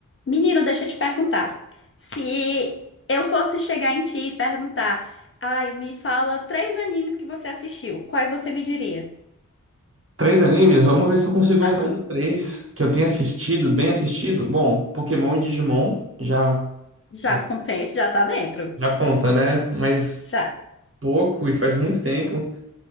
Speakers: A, on the left; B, on the right.
A: Menino, deixa eu te perguntar. Se eu fosse chegar em ti e perguntar, ai, me fala três animes que você assistiu, quais você me diria?
B: Três animes? Vamos ver se eu consigo
A: Aham,
B: lembrar de três que eu tenho assistido, bem assistido. Bom, Pokémon e Digimon já,
A: já
B: já,
A: compensa, já tá dentro.
B: já conta, né? Mas
A: Já.
B: pouco e faz muito tempo.